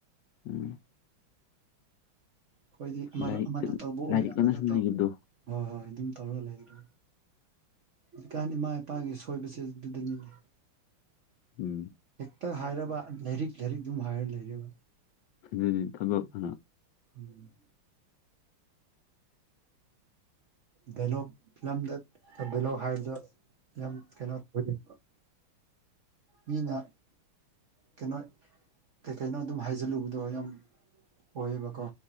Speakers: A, on the left; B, on the right.
A: ꯎꯝ
B: ꯈꫭꯏꯗꯤ <unintelligible>
A: ꯂꯥꯏꯔꯤꯛ
B: ꯑꯃꯗ ꯇꯧꯕ ꯑꯣꯏ
A: ꯂꯥꯏꯔꯤꯛ
B: ꯑꯃꯗ
A: ꯑꯅ ꯁꯨꯝ
B: ꯇꯧ
A: ꯂꯩꯈꯤꯕꯗꯣ
B: ꯍꯣꯏ ꯍꯣꯏ ꯑꯗꯨꯝ ꯇꯧꯔꯒ ꯂꯩ ꯑꯗꯨ ꯍꯧꯖꯤꯛꯀꯥꯟ ꯏꯃꯥ ꯏꯄꯥꯒꯤ ꯁꯣꯏꯕꯁꯦ ꯑꯗꯨꯗꯅꯤꯅꯦ
A: ꯎꯝ
B: ꯇ ꯍꯥꯏꯔꯕ ꯂꯥꯏꯔꯤꯛ ꯂꯥꯏꯔꯤꯛ ꯑꯗꯨꯝ ꯍꯥꯏꯔꯒ ꯂꯩꯔꯦꯕ
A: ꯑꯗꯨꯗꯤ ꯊꯕꯛꯅ
B: ꯎꯝ ꯗꯥꯏꯂꫭꯛ ꯐꯤꯂꯝꯗ ꯗꯥꯏꯂꫭꯛ ꯍꯥꯏꯕꯗꯣ ꯌꯥꯝ ꯀꯩꯅꯣ <unintelligible> ꯃꯤꯅ ꯀꯩꯅꯣ ꯀꯩꯀꯩꯅꯣ ꯑꯗꯨꯝ ꯍꯥꯏꯖꯤꯜꯂꯨꯕꯗꯣ ꯌꯥꯝ ꯑꯣꯏꯌꯦꯕꯀꯣ